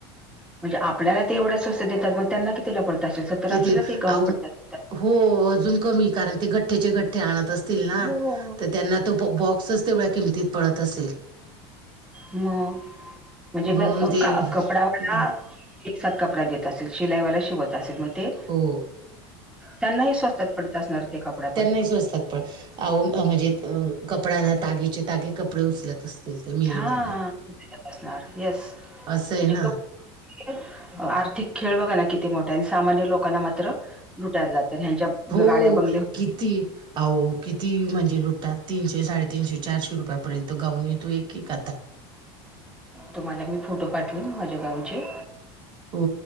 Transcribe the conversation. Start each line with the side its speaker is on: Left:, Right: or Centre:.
Centre: म्हणजे आपल्याला ते एवढ्या स्वस्त देतात मग त्यांना की तेला पण तशे सस तरांशी
Right: किती
Centre: लाच एक गाऊन
Right: अहो
Centre: पडत्यात.
Right: हो अजून कमी कारण ते गठ्ठेचे गठ्ठे आणत असतील ना.
Centre: हो
Right: तर त्यांना तो बॉक्सच तेवढ्या किमतीत पडत असेल.
Centre: म म्हणजे
Right: म्हणून
Centre: बघ
Right: ते हं,
Centre: कपडावाला एकसाथ कपडा देत असेल शिलाईवाला शिवत असेल म ते
Right: हो.
Centre: त्यांनाही स्वास्थात पडत असणार. ते कपडा पण
Right: त्यांना ही स्वस्तात पण अहो अ म्हणजे अ कपडा ना तागेचे तागे कप प्र उचलत असतील ते मीलमधन
Centre: हां, असणार. येस.
Right: असं
Centre: म्हणजे
Right: आहे ना.
Centre: कबड्डी आर्थिक खेळ बघाना किती मोठाये आणि सामान्य लोकांना मात्र लुटायला जातात ह्यांच्या
Right: हो
Centre: गाड्या बंगल्या होत
Right: किती? अहो किती म्हणजे लुटतात तीनशे साडेतीनशे चारशे रुपयापर्यंत गाऊन तो एक एक खात
Centre: तुम्हाला मी फोटो पाठव माझ्या गाऊन चे
Right: हो